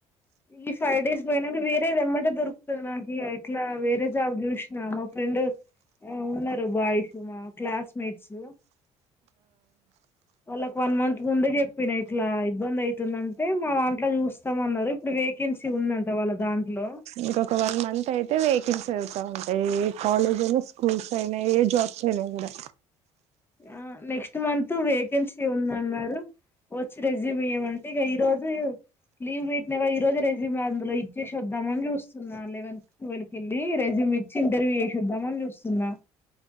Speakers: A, on the left; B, on the right.
A: ఈ ఫైవ్ డేస్ పోయినాక వేరేది ఎమ్మంటే దొరుకుతుంది నాకు ఇట్లా వేరే జాబ్ చూసిన మా ఫ్రెండ్ ఉన్నారు బాయ్స్ మా క్లాస్ మేట్స్ వాళ్ళకి వన్ మంత్ ముందు చెప్పిన ఇట్లా ఇబ్బంది అవుతుందంటే మా దాంట్లో చూస్తామ అన్నారు ఇప్పుడు వేకెన్సీ ఉందంట వాళ్ళ దాంట్లో
B: ఇంకొక వన్ మంత్ అయితే వేకెన్సీ అయిత ది ఉంటాయి ఏ కాలేజ్ అయినా స్కూల్స్ అయినా ఏ జాబ్స్ అయినా కూడా
A: అహ నెక్స్ట్ మంత్ వేకెన్సీ ఉందన్నారు వచ్చి రెజ్యూమ్ ఇయమంటే ఇ ఈరోజు లీవ్ పెట్టినా ఈ రొజే రెజ్యూమ్ అందులో ఇచ్చేసి వద్దామని చూస్తున్న లేవన్ టౌవల్ కీ వెళ్లి రెజూమ్ ఇచ్చి ఇంటర్వ్యూ చేసేద్దామని చూస్తున్నా